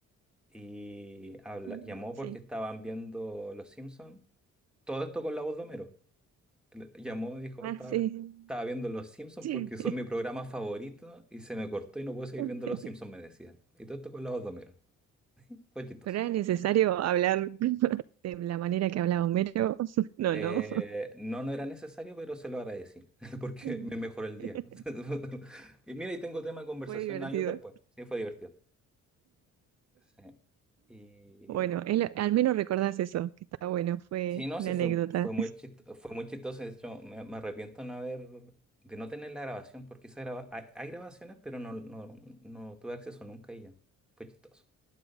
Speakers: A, in the centre; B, on the right.
A: y habla-
B: Mm,
A: llamó porque
B: Sí.
A: estaban viendo Los Simpsons, todo esto con la voz de Homero. Le- Llamó y dijo,
B: Ah,
A: "Hoy estaba,
B: sí.
A: estaba viendo Los Simpsons
B: Sí.
A: porque son mi programa favorito, y se me cortó y no puedo seguir
B: <laughs>
A: viendo Los Simpsons, me decía. Y todo esto con la voz de Homero, fue chistoso.
B: Pero era necesario hablar <laughs> de la manera que hablaba Homero. <laughs> No,
A: Eh,
B: no.
A: no, no era necesario, pero se lo agradecí, <laughs> porque
B: <laughs>
A: me mejoró el día. <laughs> Y mira, y tengo tema de conversación
B: Fue divertido.
A: años después. Sí, fue divertido. Sí. Y
B: Bueno, es lo- al menos recordás eso, que está bueno, fue
A: sí, no,
B: una
A: sí,
B: anécdota.
A: fue, fue muy chistoso, fue muy chistoso. De hecho, me, me arrepiento no haber, de no tener la grabación, porque esa graba- hay, hay grabaciones, pero no, no, no tuve acceso nunca y ya. Fue chistoso.